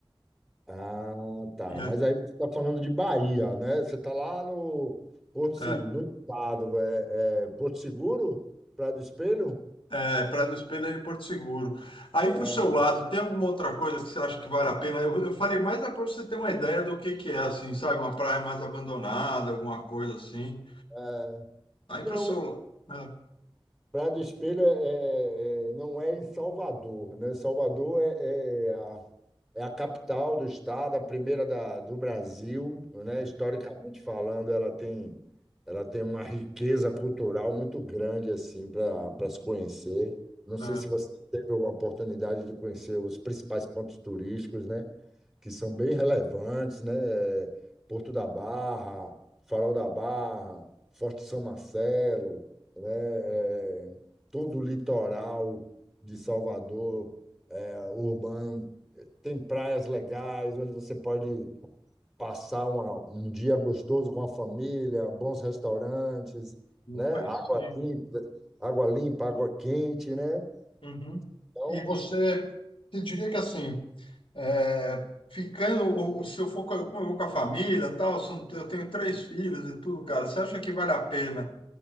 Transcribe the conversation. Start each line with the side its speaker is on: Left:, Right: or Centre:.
Centre: Ah, tá.
Left: E é,
Centre: Mas aí você está falando de Bahia, né? Você está lá no Porto Seguro,
Left: é,
Centre: no estado. É, é Porto Seguro? Praia do Espelho?
Left: é, Praia do Espelho é de Porto Seguro. Aí
Centre: É,
Left: para o seu lado, tem alguma outra coisa que você acha que vale a pena? Eu, eu falei mais para você ter uma ideia do que que é, assim, sabe? Uma praia mais abandonada, alguma coisa assim.
Centre: é.
Left: Aí
Centre: Não,
Left: para o seu... lado.
Centre: Praia do Espelho é, é- é, não é em Salvador, né? Salvador é, é a, é a capital do estado, a primeira da, do Brasil, né? Historicamente falando, ela tem, ela tem uma riqueza cultural muito grande assim para para se conhecer. Não sei
Left: É, é,
Centre: se
Left: é,
Centre: você teve a oportunidade de conhecer os principais pontos turísticos, né? Que são bem relevantes, né? É, Porto da Barra, Farol da Barra, Forte São Marcelo né? É, todo o litoral de Salvador, é, urbano, tem praias legais onde você pode passar uma- um dia gostoso com a família, bons restaurantes,
Left: no
Centre: né?
Left: país,
Centre: Água
Left: sim.
Centre: limpa, água limpa, água quente, né?
Left: Uhum.
Centre: Então,
Left: E você, você diria que assim, é, ficando, ou, ou se eu for, co- como eu vou com a família, tal, se eu não tenho eu tenho três filhos e tudo, cara, você acha que vale a pena